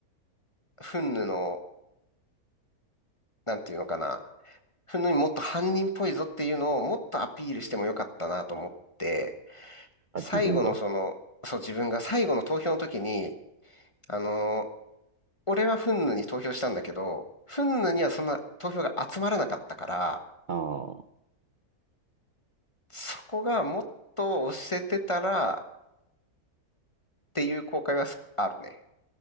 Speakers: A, on the left (about 20°); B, on the right (about 40°).
A: フンヌの、なんていうのかな、フンヌにもっと犯人っぽいぞっていうのをもっとアピールしてもよかったなと思って、
B: あ、
A: 最後のその、
B: 自分が
A: そう自分が最後の投票の時に、あの、俺はフンヌに投票したんだけど、フンヌにはそんな投票が集まらなかったから、
B: ああ。
A: そこがもっと押せてたらっていう後悔はすあるね。